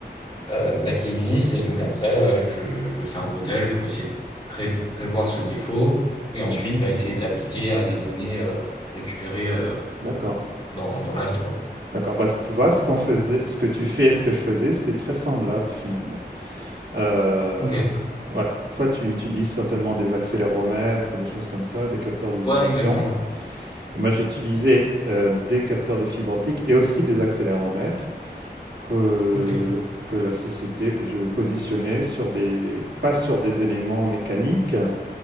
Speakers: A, on the left (about 25°); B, on the right (about 75°).
A: euh, bah, qui existe Et donc après, euh, je, je fais un modèle pour essayer de pré- prévoir ce défaut et ensuite
B: Ouais,
A: bah, essayer de l'appliquer à des données euh, récupérées euh,
B: d'accord.
A: dans, dans la vie, quoi.
B: D'accord, bah, c tu vois ce qu'on faisait ce que tu fais et ce que je faisais, c'était très semblable finalement. Heu,
A: Ok.
B: ouais, toi tu utilises certainement des accéléromètres et des choses comme ça, des capteurs de vibrations
A: Ouais, exactement.
B: et moi j'utilisais, heu, des capteurs de fibre optique et aussi des accéléromètres que,
A: Ok.
B: que la société que je positionnais sur des, pas sur des éléments mécaniques